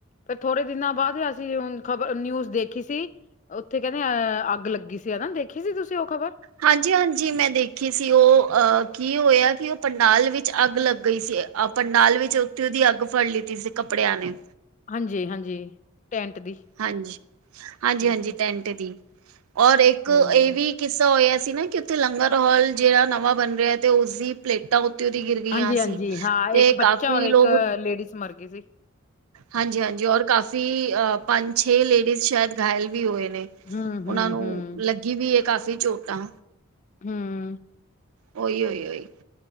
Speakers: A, on the left; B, on the right.
A: ਸੀ ਥੋੜੇ ਦਿਨਾਂ ਬਾਅਦ ਅਸੀਂ ਹੁਣ ਖਬਰ ਨਿਊਜ ਦੇਖੀ ਸੀ ਉੱਥੇ ਕਹਿੰਦੇ ਅ ਅੱਗ ਲੱਗੀ ਸੀ ਹੈਨਾ ਦੇਖੀ ਸੀ ਤੁਸੀਂ ਉਹ ਖ਼ਬਰ
B: ਹਾਂਜੀ ਹਾਂਜੀ ਮੈਂ ਦੇਖੀ ਸੀ ਉਹ ਅਹ ਕੀ ਹੋਇਆ ਕਿ ਉਹ ਪੰਡਾਲ ਵਿੱਚ ਅੱਗ ਲੱਗ ਗਈ ਸੀ ਪੰਡਾਲ ਵਿੱਚ ਉੱਥੋ ਉਹਦੀ ਅੱਗ ਫੜ ਲੀਤੀ ਸੀ ਕੱਪੜਿਆਂ ਨੇ
A: ਹਾਂਜੀ-ਹਾਂਜੀ ਟੈਂਟ ਦੀ
B: ਹਾਂਜੀ-ਹਾਂਜੀ-ਹਾਂਜੀ
A: ਹਾਂਜੀ
B: ਟੈਂਟ ਦੀ ਔਰ ਇੱਕ
A: ਹਮ
B: ਇਹ ਵੀ ਕਿੱਸਾ ਹੋਇਆ ਸੀ ਨਾ ਕਿ ਉੱਥੇ ਲੰਗਰ ਹੋਲ ਜਿਹੜਾ ਨਵਾਂ ਬਣ ਰਿਹਾ ਤੇ ਉਸਦੀ ਪਲੇਟਾਂ ਉਹਦੀ ਗਿਰ ਗਈਆਂ
A: ਹਾਂਜੀ-ਹਾਂਜੀ
B: ਸੀ
A: ਹਾਂ
B: ਤੇ
A: ਇੱਕ ਬੱਚਾ
B: ਕਾਫੀ
A: ਔਰ
B: ਲੋਕ
A: ਇੱਕ ਲੇਡੀਜ਼ ਮਰ ਗਈ ਸੀ
B: ਹਾਂਜੀ-ਹਾਂਜੀ ਔਰ ਕਾਫ਼ੀ ਅ ਪੰਜ ਛੇ ਲੇਡੀਜ਼ ਸ਼ਾਇਦ ਘਾਇਲ ਵੀ ਹੋਏ ਨੇ
A: ਹਮ
B: ਉਹਨਾਂ
A: ਹਮ
B: ਨੂੰ
A: ਹਮ
B: ਲੱਗੀ ਵੀ ਏ ਕਾਫ਼ੀ ਚੋਟਾ
A: <unintelligible>
B: ਓਹੀ-ਓਹੀ-ਓਹੀ